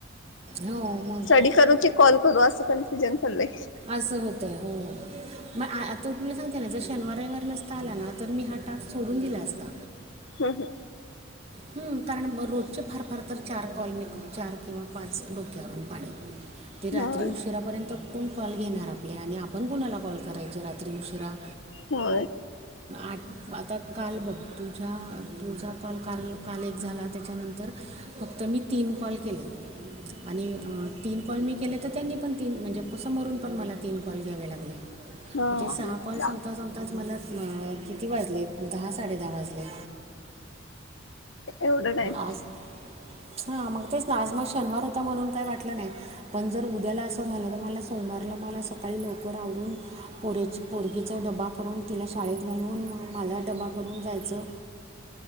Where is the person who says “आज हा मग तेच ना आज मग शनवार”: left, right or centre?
Right